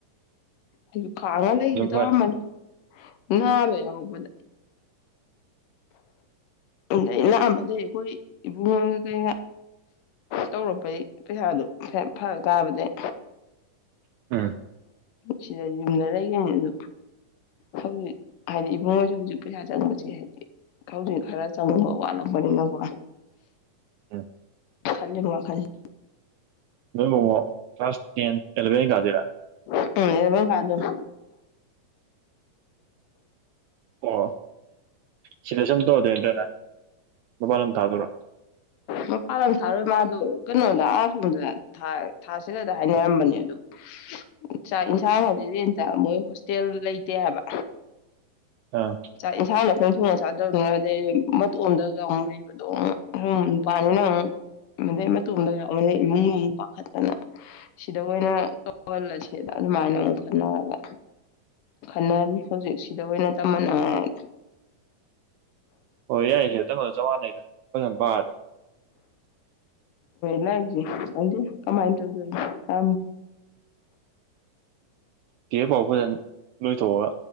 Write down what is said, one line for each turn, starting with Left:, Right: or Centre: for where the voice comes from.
Left: ꯑꯗꯨꯁꯨ ꯈꯥꯡꯉ ꯂꯩꯒꯦ ꯇꯧꯔꯝꯕꯅꯤ
Right: ꯐꯅꯤ
Left: ꯅꯥꯕ ꯌꯥꯎꯔꯛꯄꯗ ꯑꯗꯩ ꯂꯥꯛꯑꯝꯕꯗꯤꯩ ꯑꯩꯈꯣꯏ ꯏꯕꯨꯡꯉ ꯀꯩꯅ ꯇꯧꯔꯛꯄꯩ ꯄꯩꯁꯥꯗꯨꯔ ꯐꯔ ꯇꯥꯕꯗꯩ
Right: ꯎꯝ
Left: ꯁꯤꯗ ꯌꯨꯝꯗ ꯂꯩꯈꯤꯕꯅꯤ ꯑꯗꯨ ꯍꯧꯖꯤꯛ ꯍꯥꯏꯗꯤ ꯏꯃꯨꯡꯉꯣꯏꯁꯨ ꯍꯧꯖꯤꯛ ꯄꯩꯁꯥ ꯆꯪꯕꯁꯦ ꯍꯥꯏꯗꯤ ꯍꯧꯖꯤꯛ ꯈꯔ ꯆꯪꯕ ꯋꯥꯠꯂꯛꯄꯅꯤꯅꯀꯣ
Right: ꯎꯝ
Left: ꯈꯜꯂꯤ ꯋꯥꯈꯜꯜꯂꯤ
Right: ꯅꯣꯏꯣ ꯀ꯭ꯂꯥꯁ ꯇꯦꯟ ꯑꯦꯂꯚꯦꯟ ꯀꯥꯗꯣꯏꯔꯥ
Left: ꯎ ꯀꯥꯖꯣ <inaudible>
Right: ꯑꯣ ꯁꯤꯗ ꯁꯨꯝ ꯇꯧꯔꯗꯣꯏ ꯅꯠꯇ꯭ꯔꯅ ꯃꯄꯥꯟ ꯂꯝ ꯊꯥꯗꯣꯔ
Left: ꯃꯄꯥꯟ ꯂꯝ ꯊꯥꯔꯣꯏ ꯃꯥꯗ ꯀꯩꯅꯣꯗ ꯑꯥ ꯁꯣꯝꯗ ꯊꯥꯁꯤꯂꯗ ꯍꯥꯏꯅꯔꯝꯕꯅꯦ ꯑꯗꯨꯗ ꯆꯥꯛ ꯌꯦꯟꯁꯥꯡ ꯍꯥꯏꯗꯤꯗꯤꯇ ꯃꯣꯏ ꯍꯣꯁꯇꯦꯜ ꯂꯩꯇꯦ ꯍꯥꯏꯕ
Right: ꯑꯥ
Left: ꯆꯁꯥ ꯑꯊꯨꯡ ꯑ ꯆꯥꯗꯕꯅꯤꯅ ꯑꯗꯩ ꯃꯇꯣꯝꯗꯒ ꯑꯃꯨꯛ ꯂꯩꯕꯗꯣ ꯑꯃꯨꯛ ꯁꯨꯝ ꯅꯨꯄꯥꯅꯤꯅ ꯑꯃꯨꯛ ꯑꯗꯩ ꯃꯇꯣꯝꯗ ꯌꯥꯎꯕꯅꯤ ꯏꯃꯨꯡꯗ ꯑꯃꯨꯛ ꯄꯥꯈꯠꯇꯅ ꯁꯤꯗ ꯑꯣꯏꯅ ꯇꯧꯍꯜꯂꯁꯦꯅ ꯑꯗꯨꯃꯥꯏꯅ ꯑꯃꯨꯛ ꯈꯟꯅꯔꯒ ꯈ ꯍꯧꯖꯤꯛ ꯁꯤꯗ ꯑꯣꯏꯅ ꯑ
Right: ꯑꯣ ꯌꯥꯏꯁꯦ ꯆꯪꯉꯣꯗ ꯆ ꯃꯥꯟꯅꯩꯗ ꯐꯖꯅ ꯄꯥꯔꯗꯤ
Left: ꯂꯁꯤ ꯀꯃꯥꯏꯅ ꯇ
Right: ꯀꯦ ꯐꯥꯎ ꯐꯖꯅ ꯂꯣꯏꯊꯣꯛꯑꯣꯒ